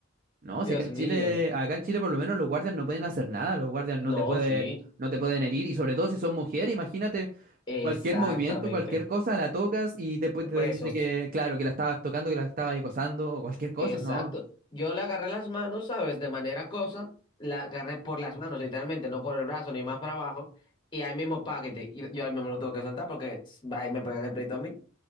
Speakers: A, on the right; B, on the left.
A: No,
B: Dios
A: si acá en
B: mío.
A: Chile, acá en Chile por lo menos los guardias no pueden hacer nada, los guardias no te
B: No,
A: pueden,
B: sí.
A: no te pueden herir, y sobre todo si son mujeres, imagínate
B: Exactamente.
A: cualquier movimiento, cualquier cosa, la tocas y después te
B: Presos.
A: dice que, claro, que la estabas tocando, que la estabas acosando, o cualquier cosa,
B: Exacto.
A: no,
B: Yo le agarré las manos, ¿sabes? De manera cosa, la agarré por las manos, literalmente, no por el brazo ni más para abajo. Y ahí mismo, paquete. Y yo ahí mismo lo tuve que soltar porque va y me pegan el pleito a mí,